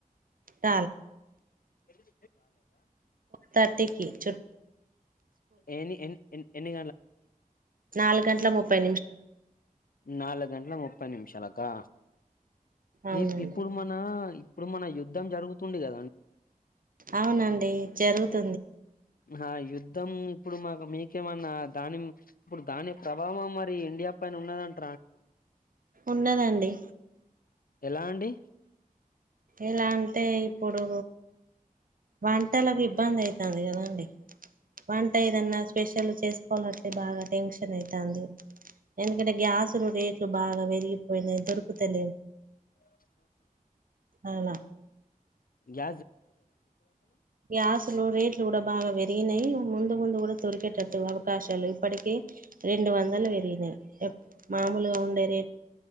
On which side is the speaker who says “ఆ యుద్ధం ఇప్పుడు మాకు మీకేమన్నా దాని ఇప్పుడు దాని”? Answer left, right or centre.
Left